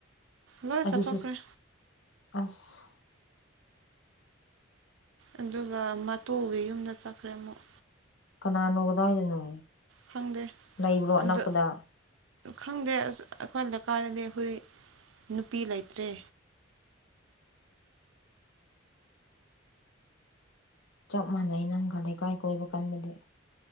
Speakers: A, on the right; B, on the left.
A: ꯂꯣꯏ
B: ꯑꯗꯨꯁꯨ
A: ꯆꯠꯊꯣꯛꯈ꯭ꯔꯦ
B: ꯑꯁ
A: ꯑꯗꯨꯒ ꯃꯇꯨꯒꯤ ꯌꯨꯝꯗ ꯆꯠꯈ꯭ꯔꯦ ꯑꯃꯨꯛ
B: ꯀꯅꯥꯅꯣ ꯀꯗꯥꯋꯥꯏꯗꯅꯣ
A: ꯈꯪꯗꯦ
B: ꯂꯩꯕ꯭ꯔꯣ ꯑꯅꯛꯄꯗ
A: ꯑꯗꯨ ꯈꯪꯗꯦ ꯑꯁ ꯑꯩꯈꯣꯏ ꯂꯩꯀꯥꯗꯗꯤ ꯍꯈꯣꯏ ꯅꯨꯄꯤ ꯂꯩꯇ꯭ꯔꯦ
B: ꯆꯞ ꯃꯥꯟꯅꯩ ꯅꯪꯒ ꯂꯩꯀꯥꯏ ꯀꯣꯏꯕ ꯀꯟꯕꯗꯤ